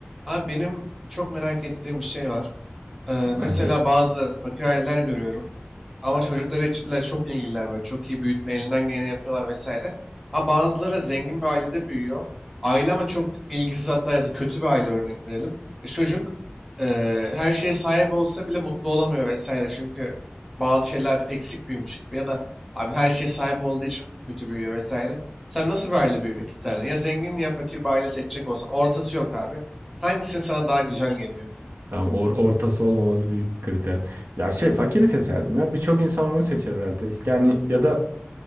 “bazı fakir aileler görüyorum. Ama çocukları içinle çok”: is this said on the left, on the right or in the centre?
Centre